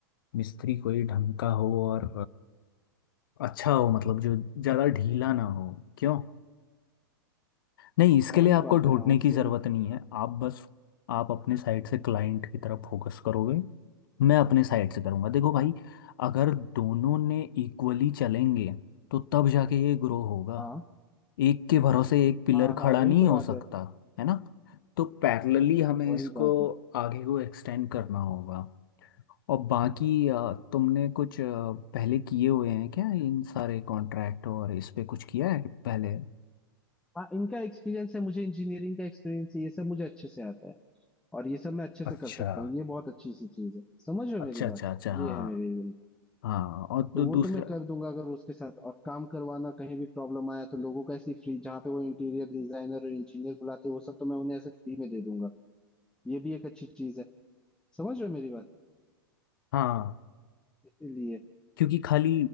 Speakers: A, on the left; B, in the centre.
A: मिस्त्री कोई ढंग का हो और अ, अच्छा हो मतलब जो ज़्यादा ढीला ना हो क्यों नहीं इसके
B: वही
A: लिए आपको
B: बात
A: ढूंढने
B: है हाँ उसके
A: की ज़रूरत
B: भी
A: नहीं है आप बस आप अपने साइड से क्लाइंट की तरफ फोकस करोगे मैं अपने साइड से करूँगा देखो भाई अगर दोनों ने इक्वली चलेंगे तो तब जाके ये ग्रो होगा
B: हाँ
A: एक के भरोसे एक पिलर
B: हाँ हाँ
A: खड़ा
B: वही
A: नहीं
B: तो बात
A: हो सकता
B: है
A: है ना तो पैरेलली हमें
B: वही
A: इसको
B: बात है
A: आगे को एक्सटेंड करना होगा और बाकी अ, तुमने कुछ अ, पहले किए हुए हैं क्या इन सारे कॉन्ट्रैक्ट और इस पे कुछ किया है पहले
B: हाँ इनका एक्सपीरियंस है मुझे इंजीनियरिंग का एक्सपीरियंस है ये सब मुझे अच्छे से आता है और ये सब मैं अच्छे से
A: अच्छा
B: कर सकता हूँ ये बहुत अच्छी सी चीज है समझ रहे
A: अच्छा
B: हो मेरी
A: अच्छा
B: बात
A: अच्छा हाँ
B: ये है मेरी
A: हाँ और दू,
B: तो वो
A: दूसरा
B: तो मैं कर दूंगा अगर उसके साथ और काम करवाना कहीं भी प्रॉब्लम आया तो लोगों का ऐसी फ्री जहाँ पे वो इंटीरियर डिजाइनर और इंजीनियर बुलाते हैं, वो सब तो मैं उन्हें ऐसे फ्री में दे दूंगा ये भी एक अच्छी चीज है समझ रहे हो मेरी बात
A: हाँ
B: इसीलिए
A: क्योंकि खाली